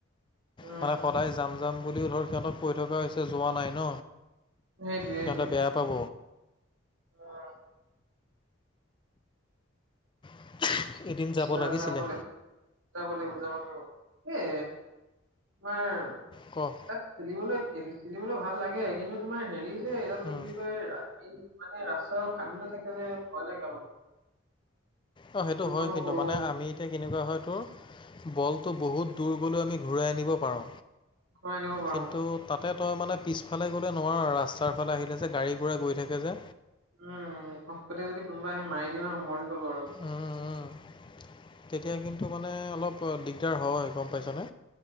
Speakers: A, on the right; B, on the left.
A: উম
B: মানে সদায় যাম যাম বুলিও ধৰ সিহঁতক- কৈ থকা হৈছে যোৱা নাই ন।
A: সেইটোৱে সেইটোৱে।
B: সিহঁতে বেয়া পাব।
A: উম।
B: <unintelligible>
A: কেতিয়া
B: লাগিছিলে
A: জাব লাগে। যাব লাগিব যাব লাগিব, এই তোমাৰ-
B: ক?
A: তাত খেলিবলৈ খেলিবলৈ ভাল লাগে কিন্তু তোমাৰ হেৰি যে এইডাল
B: ক
A: কি বুলি কয় ৰামেইন- মানে ৰাস্তা অ, 'খান্দা থাকে যে ভয় লাগে অলপ।
B: অ, 'সেইটো
A: ফিল্ডখনো
B: হয় কিন্তু
A: সৰু
B: মানে আমি- এতিয়া কেনেকুৱা হয় তোৰ, বলটো বহুত দূৰ গলে আমি ঘূৰাই আনিব পাৰো।
A: ঘূৰাই আনিব পাৰো।
B: কিন্তু- তাতে তই মানে পিছফালে গ'লে নোৱাৰ আৰু ৰাস্তাৰ ফালে আহিলে যে গাড়ী গুড়ৰা গৈ থাকে যে।
A: উম, ফতকে যদি কোনোবা আহি মাৰি দিয়ে নহয় মৰি গ'লো আৰু।
B: উম, উম, তেতিয়া কিন্তু মানে অলপ দিগদাৰ হয় গম পাইছনে?